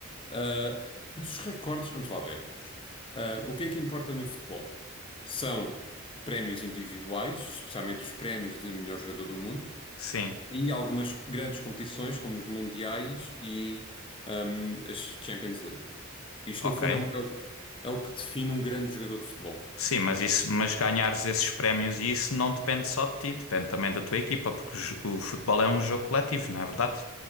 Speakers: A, on the left; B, on the left.
A: Ah, mas os recordes, vamos lá ver. Ah, o que é que importa no futebol? São prémios individuais, especialmente os prémios de melhor jogador do mundo,
B: Sim.
A: e algumas grandes competições, como os Mundiais e ahm, as Champions League. Isto,
B: Ok.
A: no fundo, é o, é o- é o que define um grande jogador de futebol.
B: Sim, mas isso, mas ganhares esses prémios e isso não depende só de ti, depende também da tua equipa, porque o jo- o futebol é um jogo coletivo, não é verdade?